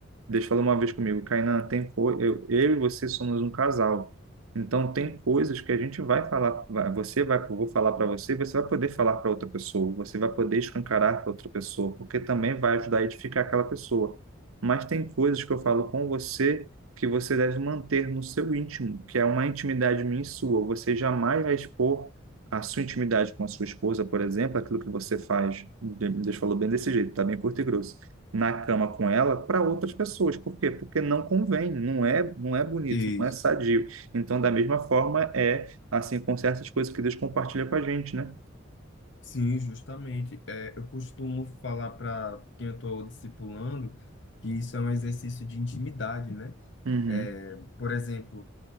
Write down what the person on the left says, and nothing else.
Isso.
Sim, justamente. É, eu costumo falar para quem eu estou discipulando que isso é um exercício de intimidade, né?
É, por exemplo,